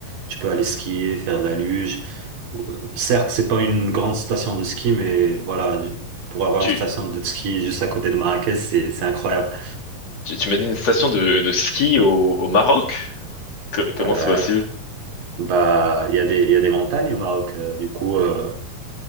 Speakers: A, on the right; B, on the left.
A: tu peux aller skier, faire de la luge. Euh, Certes, c'est pas une grande station de ski, mais voilà, pour avoir
B: Tu
A: une station de ski juste à côté de Marrakech, c'est, c'est incroyable.
B: tu, tu m'as dit une station de de ski au au Maroc? Co- comment
A: Euh,
B: c'est possible?
A: bah, il y a des, il y a des montagnes au Maroc. euh, du coup, euh,